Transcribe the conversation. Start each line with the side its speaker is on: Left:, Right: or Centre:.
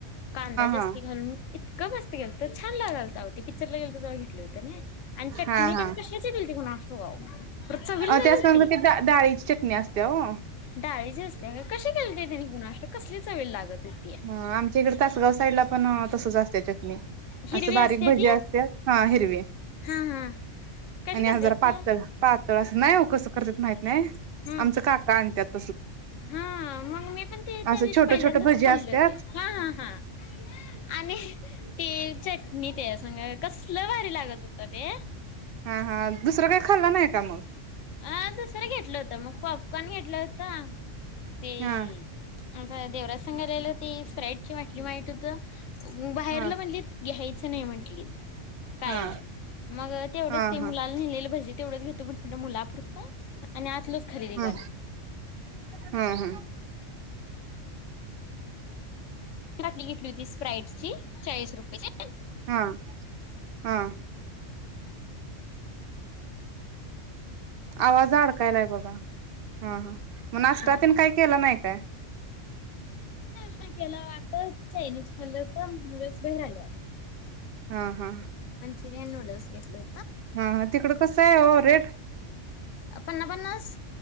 Left: कांदा जास्ती
Right: हा
Left: घालून इत क मस्त गेल तर छान लाालता होते पिक्चरला गे तर तेव घेतले होते आणि चटणी
Right: हा हा
Left: त्यां कश गतीणा असतो गा चविलती
Right: अ त्या संग ते डाळीची चटणी असते हो हा
Left: डाळीची अस का कशीलते त्यांनी गुणाष्ट कसलीच वेळ लागत होती.
Right: ह आमच्या इकडे तासगाव साईड ला पण तसंच अस चटणी
Left: हिरवी
Right: असं बारीक
Left: असत्या
Right: भज्या
Left: ती
Right: असत हा हिरवी
Left: हा हा कशी
Right: आणि
Left: करत्यात
Right: ह जरा पातळ
Left: ती
Right: पातळ असं नाही हो कसं करत माहित नाही
Left: हम्म.
Right: आमच काका आणतात
Left: हा मग मी पण ते त्या
Right: असं
Left: दिवशी
Right: छोटं
Left: पहिल्यांदाच
Right: छोटं भजी
Left: खाल्लो
Right: असत्यात
Left: हा हा हा आणि ते चटणी ते सांगा कसलं वारी लागत होता ते
Right: हा हा दुसरं काही खाल्लं नाही का मग
Left: ह सर घ होत मग पॉपकॉन घेत होत ते
Right: हा
Left: आ देवरा संंगाललेला ती स्प्राट ची वाटली माहित होत बाहेरला
Right: हा
Left: म्हंलीत घ्यायचं नाही म्हंटलीत काय
Right: हा
Left: मग तेवढंच
Right: हा
Left: ते
Right: हा
Left: मुलाला नलेलं भजी तेवढच घेतो मुलापुरत आणि आतलं खरेदी
Right: हा
Left: कर
Right: हा हा
Left: टली घेतली होती स्प्राईट ची चाळीस रुपयेची
Right: हा हम आवाज अडकायलाय बघा हा हा मग
Left: नाश्ता
Right: आष्टातीन काही केलं नाही काय
Left: शना केला वाटत चायनीज खाल्ल तर नूडल्स बाहेर आल्यावर
Right: हा हा
Left: चिरयन नूडल्स घेतले
Right: हा हा तिकड कसं आहे हो रेट
Left: पन्ना पन्नास